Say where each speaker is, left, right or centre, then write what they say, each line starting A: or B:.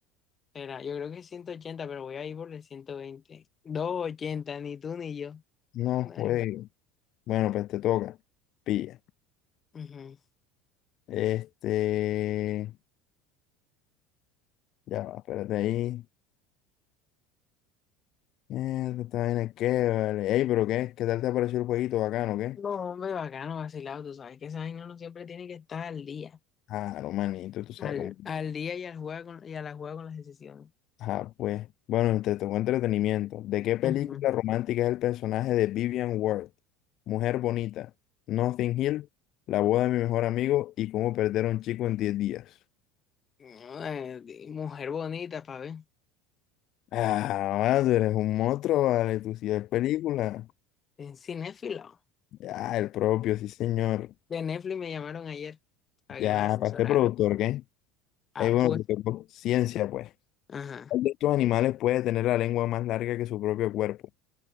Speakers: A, on the left; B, on the left.
A: Espera, yo creo que es 180, pero voy a ir por el 120. 280, ni tú ni yo.
B: No,
A: Vale.
B: güey. Bueno, pues te toca. Pilla.
A: Ujú.
B: Este. Ya va, espérate ahí. Mierda, esta vaina es que, vale. Ey, pero qué, ¿qué tal te pareció el jueguito bacano, qué?
A: No, hombre, bacano, vacilado. Tú sabes que esa vaina no siempre tiene que estar al día.
B: Ah, no, manito, tú sabes
A: Al,
B: cómo.
A: al día y, al juega con, y a la juega con las decisiones.
B: Ah, pues. Bueno, entre tocó entretenimiento. ¿De qué película
A: Ujú.
B: romántica es el personaje de Vivian Ward? Mujer bonita, Nothing Hill, La boda de mi mejor amigo y Cómo perder a un chico en diez días.
A: Eh, di- mujer bonita, para ver.
B: Ah, vale, tú eres un monstruo, vale, tú sí ves película.
A: En cinéfilo.
B: Ya, el propio, sí, señor.
A: De Netflix me llamaron ayer para
B: Ya,
A: que los asesorara.
B: ¿para qué productor, qué?
A: Ah,
B: Ey, bueno,
A: pues.
B: te tocó ciencia, pues.
A: Ajá.
B: ¿Cuál de estos animales puede tener la lengua más larga que su propio cuerpo?